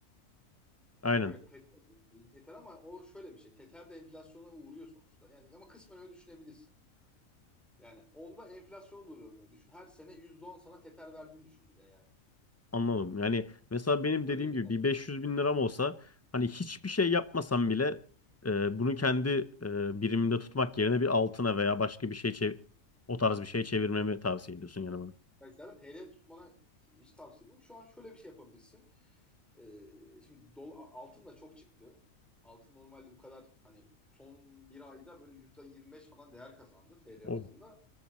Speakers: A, on the left (about 20°); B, in the centre.
A: Aynen.
B: Evet teter yani dediğin teter ama o şöyle bir şey. Teter de enflasyona uğruyor sonuçta. Yani ama kısmen öyle düşünebilirsin. Yani onda enflasyon da uğramıyor. Düşün her sene %10 sana teter verdiğini düşün bir de yani.
A: Anladım. Yani mesela benim
B: Öyle
A: dediğim
B: güzel.
A: gibi bir
B: bir
A: 500 bin liram olsa
B: şey.
A: hani hiçbir şey yapmasam bile e, bunu kendi e, birimimde tutmak yerine bir altına veya başka bir şey çev- o tarz bir şey çevirmemi tavsiye ediyorsun yani bana.
B: Yani zaten TL tutmana hiç tavsiye etmiyorum. Şu an şöyle bir şey yapabilirsin. Ee, şimdi dol, a- altın da çok çıktı. Altın normalde bu kadar hani son bir ayda böyle %25 falan değer kazandı TL
A: Oh.
B: bazında.